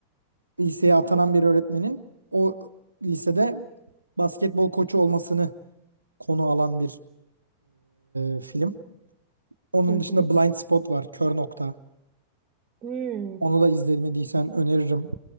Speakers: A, on the right; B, on the right.
A: liseye atanan bir öğretmenin o lisede basketbol koçu olmasını konu alan bir e, film. Onun
B: Hı hı.
A: dışında Blind Spot var, Kör Nokta.
B: Hmm,
A: Onu da izlemediysen öneririm.